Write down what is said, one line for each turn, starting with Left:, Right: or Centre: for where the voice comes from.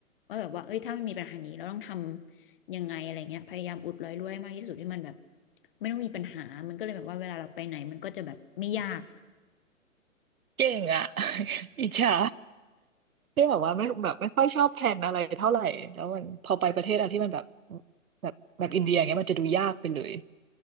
Left: ว่าแบบว่าเอ้ยถ้ามันมีปัญหานี้เราต้องทำยังไงอะไรเงี้ยพยายามอุดรอยรั่วให้มากที่สุดให้มันแบบไม่ต้องมีปัญหามันก็เลยแบบว่าเวลาเราไปไหนมันก็จะแบบไม่ยาก
Right: เก่งอ่ะ <laughs> อิจฉาที่แบบว่าไม่แบบไม่ค่อยชอบแพลนอะไรเท่าไหร่แล้วมันพอไปประเทศอะไรที่มันแบบแบบแบบอินเดียอย่างเงี้ยมันจะดูยากไปเลย